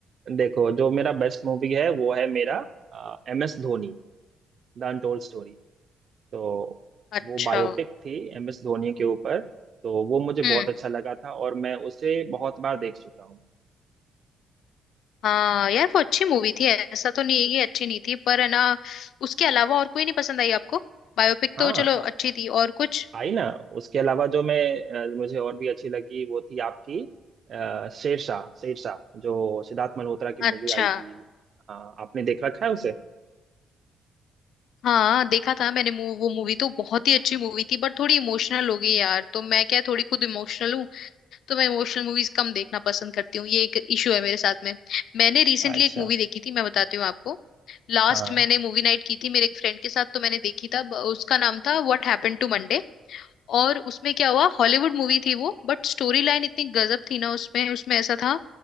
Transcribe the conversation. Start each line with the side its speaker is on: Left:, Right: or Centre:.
Right: देखो जो मेरा बेस्ट मूवी है वो है मेरा M S Dhoni the untold story तो
Left: अच्छा
Right: वो बायोपिक थी एम एस धोनी के ऊपर तो वो मुझे बहुत
Left: हम्म
Right: अच्छा लगा था और मैं उसे बहुत बार देख चुका हूँ
Left: हाँ यार वो अच्छी मूवी थी ऐसा तो नहीं है कि अच्छी नहीं थी पर है ना उसके अलावा और कोई नहीं पसंद आई आपको बायोपिक
Right: हाँ
Left: तो चलो अच्छी थी और कुछ
Right: आई ना उसके अलावा जो मैं अ, मुझे और भी अच्छी लगी वो थी आपकी अ, शेरशाह शेरशाह जो सिद्धार्थ मल्होत्रा की मूवी
Left: अच्छा
Right: आई थी हाँ आपने देख रखा है उसे
Left: हाँ देखा था मैंने मू, वो मूवी तो बहुत ही अच्छी मूवी थी बट थोड़ी इमोशनल हो गई यार तो मैं क्या थोड़ी खुद इमोशनल हूँ तो मैं इमोशनल मूवीज कम देखना पसंद करती हूँ ये एक इशू है मेरे साथ में मैंने रिसेंटली
Right: अच्छा
Left: एक मूवी देखी थी मैं बताती हूँ आपको लास्ट
Right: हाँ
Left: मैंने मूवी नाइट की थी मेरे एक फ्रेंड के साथ तो मैंने देखी था ब- उसका नाम था व्हाट हैपेंड टू मंडे और उसमें क्या हुआ हॉलीवुड मूवी थी वो बट स्टोरी लाइन इतनी गजब थी ना उसमें उसमें ऐसा था